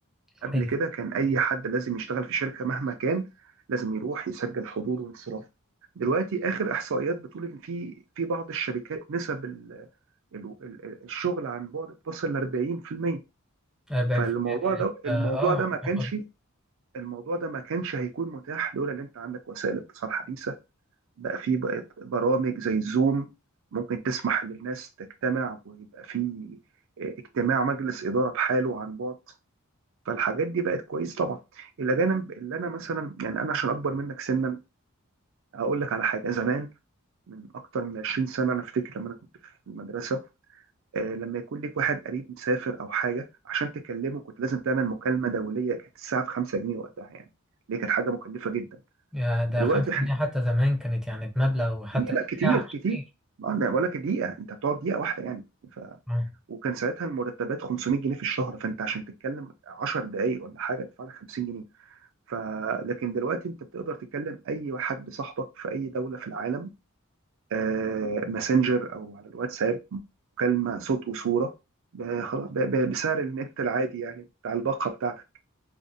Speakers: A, in the centre; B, on the right.
A: صحيح
B: قبل كده كان اي حد لازم يشتغل في شركه مهما كان لازم يروح يسجل حضور وانصراف دلوقتي اخر احصائيات بتقول ان في في بعض الشركات نسب ال- ال- ال- الشغل عن بعد بتصل ل 40%
A: آه، ب- اه
B: فالموضوع ده الموضوع
A: آه،
B: ده ما كانش
A: عملاقة جداً.
B: الموضوع ده ما كانش هيكون متاح لولا ان انت عندك وسائل اتصال حديثه بقى في بقت برامج زي الزوم ممكن تسمح للناس تجتمع ويبقى في آه، اجتماع مجلس اداره بحاله عن بعد فالحاجات دي بقت كويسه طبعا الاجانب اللي انا مثلا يعني انا عشان اكبر منك سنا هقول لك على حاجه زمان من اكتر من 20 سنه انا افتكر لما انا كنت في المدرسه آه، لما يكون ليك واحد قريب مسافر او حاجه عشان تكلمه كنت لازم تعمل مكالمه دوليه كانت الساعه ب 5 جنيه وقتها يعني اللي كانت حاجه مكلفه جدا
A: يا ده
B: دلوقتي
A: خمسة
B: ح-
A: جنيه حتى زمان كانت يعني بمبلغ وحتى
B: هي لا كتير
A: ساعة مش
B: كتير
A: كتير
B: ما انا بقول لك دقيقه انت بتقعد دقيقه واحده يعني ف...
A: آه.
B: وكان ساعتها المرتبات 500 جنيه في الشهر فانت عشان تتكلم 10 دقائق ولا حاجه تدفع لك 50 جنيه ف لكن دلوقتي انت بتقدر تتكلم اي حد صاحبك في اي دوله في العالم آه، ماسنجر او على الواتساب مكالمه صوت وصوره ب- خلاص ب- ب- بسعر النت العادي يعني بتاع الباقه بتاعتك